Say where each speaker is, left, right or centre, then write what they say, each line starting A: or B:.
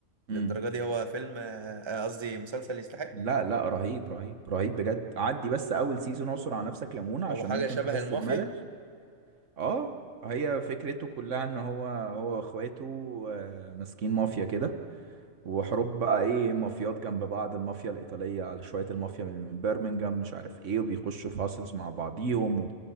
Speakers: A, on the right (about 75°); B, on the right (about 25°).
A: امم
B: للدرجه دي هو فيلم آه، آه، قصدي مسلسل يستحق
A: لا لا رهيب رهيب رهيب بجد عدي بس اول سيزون اعصر على نفسك ليمونه عشان
B: او حاجه
A: ممكن
B: شبه
A: تحس
B: المافيا
A: بملل اه هي فكرته كلها ان هو هو واخواته آه، ماسكين مافيا كده وحروب بقى ايه مافيات جنب بعض المافيا الايطاليه على شويه المافيا من من بيرمنجهام مش عارف ايه وبيخشوا في هاسلز مع بعضيهم و...